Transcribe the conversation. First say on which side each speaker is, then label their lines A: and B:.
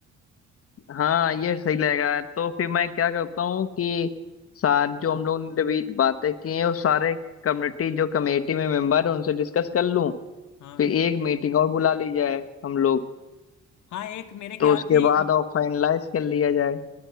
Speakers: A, on the left; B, on the left.
A: हाँ ये सही लगेगा तो फिर मैं क्या करता हूँ कि सार जो हम लोगों ने अभी बातें की हैं वो सारे कम्युनिटी जो कमेटी में मेंबर है उनसे डिस्कस कर लूँ
B: हाँ
A: फिर एक मीटिंग और बुला ली जाए हम लोग
B: हाँ एक मेरे ख्याल
A: तो उसके
B: से
A: बाद और फाइनलाइज कर लिया जाए